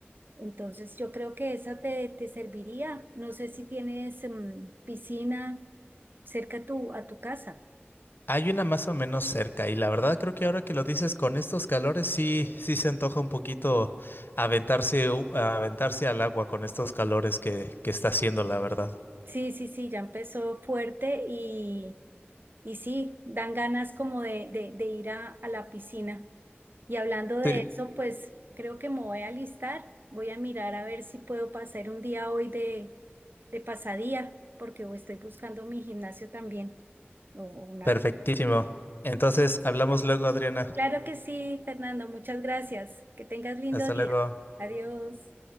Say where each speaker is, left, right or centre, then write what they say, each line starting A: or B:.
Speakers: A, on the right; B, on the left.
A: Entonces yo creo que esa te, te serviría. No sé si tienes mm, piscina cerca a tu, a tu casa.
B: Hay una más o menos cerca y la verdad creo que ahora que lo dices con estos calores sí, sí se antoja un poquito aventarse, u- aventarse al agua con estos calores que, que está haciendo, la verdad.
A: Sí, sí, sí, ya empezó fuerte y, y sí, dan ganas como de, de, de ir a, a la piscina. Y hablando de
B: Sí,
A: eso, pues creo que me voy a alistar. Voy a mirar a ver si puedo pasar un día hoy de, de pasadía, porque estoy buscando mi gimnasio también o o una
B: perfectísimo.
A: piscina.
B: Entonces, hablamos luego, Adriana.
A: Claro que sí, Fernando. Muchas gracias. Que tengas lindo
B: Hasta
A: día.
B: luego.
A: Adiós.